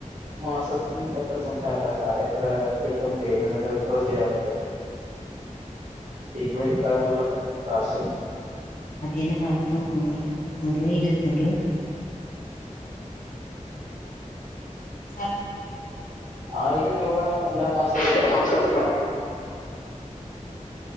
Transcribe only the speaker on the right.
മാസത്തിൽ എത്ര സം അല്ല എത്ര കിട്ടും ഗെയിമിൽ നിന്ന് വിഡ്രോ ചെയ്യാറുണ്ട് പിൻവലിക്കാറുള്ള കാശ്
ആയിരം രൂപ എല്ലാ മാസം എടുക്ക